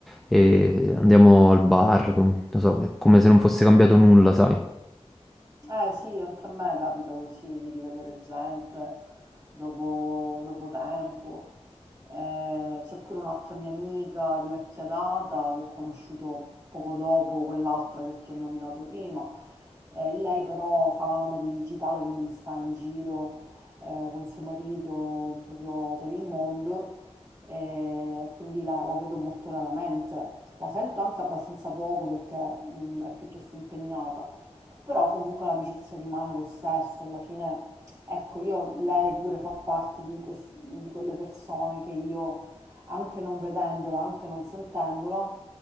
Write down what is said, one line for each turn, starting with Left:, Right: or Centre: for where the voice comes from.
Centre: e andiamo al bar, com- non so, è come se non fosse cambiato nulla, sai.
Right: Eh sì, anche a me capita così di rivedere gente dopo, dopo tempo. Eh, c'è pure un'altra mia amica di vecchia data che ho conosciuto poco dopo quell'altra che ti ho nominato prima. Eh, lei però fa la nomade digitale, quindi sta in giro eh, con suo marito proprio per il mondo e quindi la, la vedo molto raramente. La sento anche abbastanza poco perché mh, è piuttosto impegnata però comunque l'amicizia rimane lo stesso, alla fine, ecco, io, lei pure fa parte di, quest- di quelle persone che io, anche non vedendola, anche non sentendola,